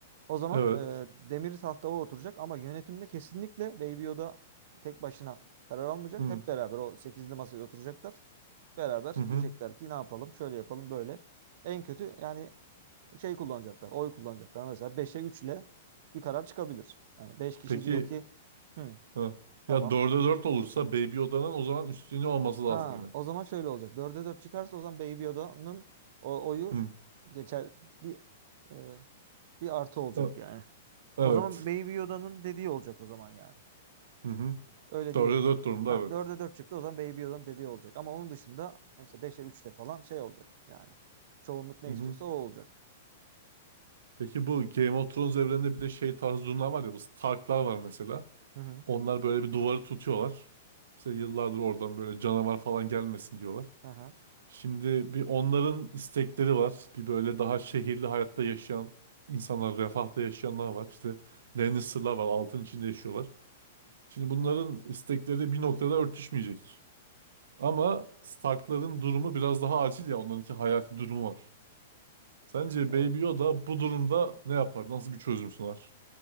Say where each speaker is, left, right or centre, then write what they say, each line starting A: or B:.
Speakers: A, on the right; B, on the right.
A: O zaman
B: evet.
A: e, demir tahta o oturacak ama yönetimde kesinlikle Baby Yoda tek başına karar almayacak.
B: Hı
A: Hep beraber o sekizli masaya oturacaklar. Beraber
B: hı hı.
A: diyecekler ki ne yapalım şöyle yapalım böyle. En kötü yani şey kullanacaklar oy kullanacaklar. Mesela beşe üçle bir karar çıkabilir. Yani 5 kişi
B: Peki
A: diyor ki Hı,
B: Ha.
A: tamam.
B: Ya dörde dört olursa Baby Yoda'nın o zaman üstünlüğü olması lazım
A: Ha,
B: yine.
A: o zaman şöyle olacak. Dörde 4 çıkarsa o zaman Baby Yoda'nın o oyu
B: Hı.
A: geçer bir e, bir artı olacak
B: E-
A: yani.
B: Evet.
A: O zaman Baby Yoda'nın dediği olacak o zaman yani.
B: Hı hı.
A: Öyle
B: Dörde
A: diyebiliriz.
B: dört durumda
A: Ha,
B: evet.
A: dörde 4 çıktı o zaman Baby Yoda'nın dediği olacak. Ama onun dışında işte beşe üçte falan şey olacak yani. Çoğunluk ne
B: Hı hı.
A: istiyorsa o olacak.
B: Peki bu Game of Thrones evreninde bir de şey tarzı durumlar var ya bu Stark'lar var mesela.
A: Hı hı.
B: Onlar böyle bir duvarı tutuyorlar. İşte yıllardır oradan böyle canavar falan gelmesin diyorlar.
A: Aha,
B: Şimdi bir onların istekleri var. Bir böyle daha şehirli hayatta yaşayan insanlar, refahta yaşayanlar var. İşte Lannister'lar var, altın içinde yaşıyorlar. Şimdi bunların istekleri bir noktada örtüşmeyecek. Ama Stark'ların durumu biraz daha acil ya. Onlarınki hayati durumu var. Sence
A: evet.
B: Baby Yoda bu durumda ne yapar? Nasıl bir çözüm sunar?